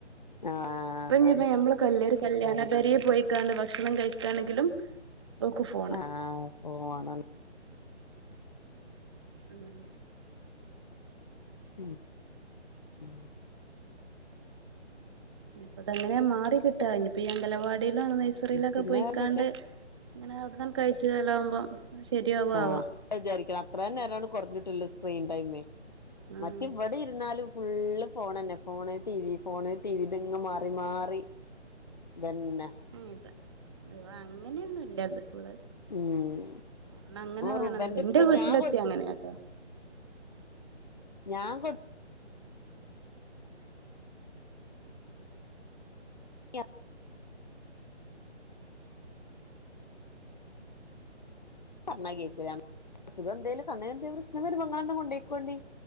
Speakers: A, on the left; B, on the right.
A: ആഹ്
B: ഇപ്പ
A: അതാണ്
B: ഞ്പ്പം ഞമ്മള് കൽ കല്യാണ പെരീ പോയ്ക്കാണ്ട് ഭക്ഷണം കഴിക്കാണെങ്കിലും ഓക്ക് ഫോണ്
A: ആഹ് ഫോണ്
B: ഉം
A: ഉം ഉം
B: ഇനിപ്പ ഇത് എങ്ങനെ മാറി കിട്ടാ ഇനിപ്പ ഈ അംഗലവാടിയിലും നൈസറിലൊക്കെ
A: പിന്നെ
B: പോയ്ക്കാണ്ട്
A: വേറെന്തൊക്കെ
B: ഇങ്ങനെ അവിടന്നന്ന് കഴിച്ചതലാവകുമ്പം ശരിയാകു
A: ആഹ്
B: ആവോ
A: വിചാരിക്കണം അത്രയും നേരമാണ് കുറഞ്ഞിട്ടുള്ള സ്ക്രീൻ ടൈമേ
B: ആഹ്
A: മറ്റ ഇവിടെ ഇരുന്നാലും ഫുള്ള് ഫോണ്ന്നെ phone T V phone T V ഇതങ്ങ് മാറി മാറി ഇതന്നേ.
B: ഉം ഇത് അങ്ങനെയൊന്നുംല്ല ഇത് ഇവൾ
A: ഉം
B: ന്ന അങ്ങനെ വേണെന്നല്ലോ
A: റുബന്റെ
B: എന്റെറെ
A: ഇപ്പ
B: വീട്ടിലെത്തിയ
A: ഞാൻ കൊടു
B: അങ്ങനൊട്ടോ.
A: ഞാൻ കൊ ആ <inaudible> പർണ്ണാ കേക്കുല അസുഖം എന്തേലും കണ്ണ്ന് എന്തേം പ്രശ്നം വരുമ്പോ ഇങ്ങളെന്നെ കൊണ്ടോയ്ക്കൊണ്ടി